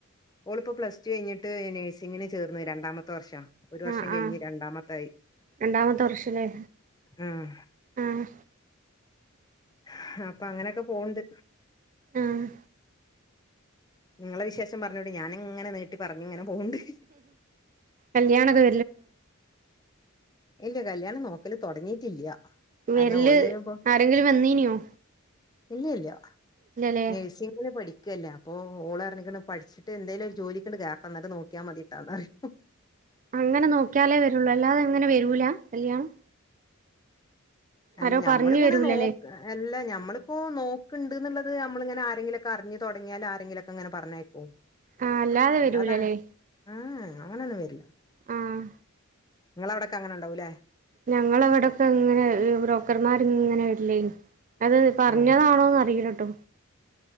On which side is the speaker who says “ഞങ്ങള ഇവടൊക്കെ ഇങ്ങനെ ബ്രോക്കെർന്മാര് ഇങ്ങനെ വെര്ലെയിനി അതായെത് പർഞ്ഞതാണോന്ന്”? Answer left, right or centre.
Right